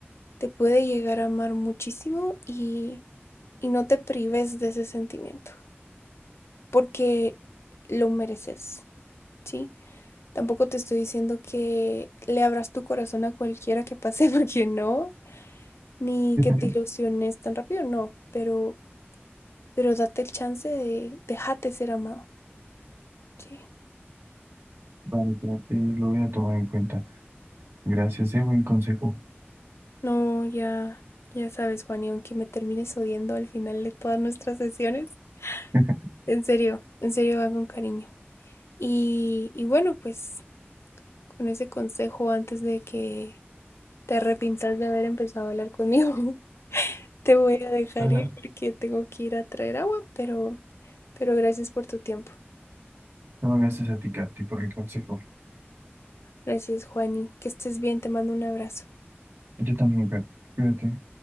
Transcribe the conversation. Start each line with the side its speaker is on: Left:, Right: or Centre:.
Left: te puede llegar a amar muchísimo y, y no te prives de ese sentimiento. porque lo mereces, ¿sí? Tampoco te estoy diciendo que le abras tu corazón a cualquiera que pase, <laughs> porque no, ni
Right: <laughs>
Left: que te ilusiones tan rápido, no, pero, pero date el chance de, déjate ser amado, ¿sí?
Right: Vale, ya, sí, lo voy a tomar en cuenta. Gracias, eh, buen consejo.
Left: No, ya, ya sabes, Juan, y aunque me termines odiando al final de todas nuestras sesiones,
Right: <laughs>
Left: en serio, en serio va con cariño. Y, y bueno, pues con ese consejo antes de que te arrepintas de haber empezado a hablar conmigo. <laughs> Te voy a dejar
Right: Ajá.
Left: ir porque tengo que ir a traer agua, pero, pero gracias por tu tiempo.
Right: No, gracias a ti, Katy, por el consejo.
Left: Gracias, Juani. Que estés bien, te mando un abrazo.
Right: Yo también, Katy. Cuídate.